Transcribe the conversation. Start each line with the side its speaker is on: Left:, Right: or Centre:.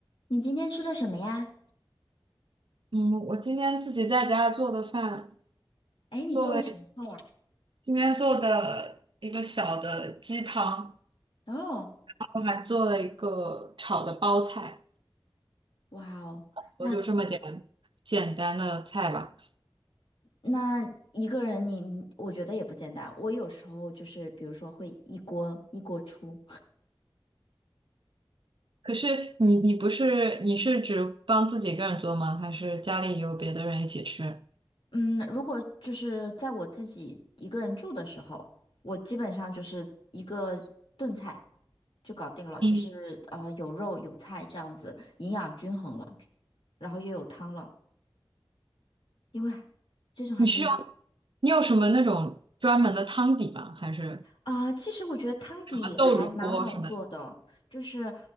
Left: 你今天吃的什么呀？
Right: 嗯，我今天自己在家做的饭，
Left: 哎，你做的什么菜呀？
Right: 做了今天做的一个小的鸡汤，
Left: 哦，
Right: 然后还做了一个炒的包菜，
Left: 哇哦，那
Right: 我就这么点简单的菜吧。
Left: 那一个人你，你我觉得也不简单。我有时候就是比如说会一锅一锅出。
Right: 可是你你不是你是只帮自己一个人做吗？还是家里有别的人一起吃？
Left: 嗯，如果就是在我自己一个人住的时候，我基本上就是一个炖菜就搞定了，
Right: 嗯，
Left: 就是呃有肉有菜这样子，营养均衡了，然后又有汤了，因为这种还是懒。
Right: 你是用你有什么那种专门的汤底吗？还是
Left: 啊、其实我觉得汤底还蛮好做的，
Right: 什么豆乳锅什么的？
Left: 就是，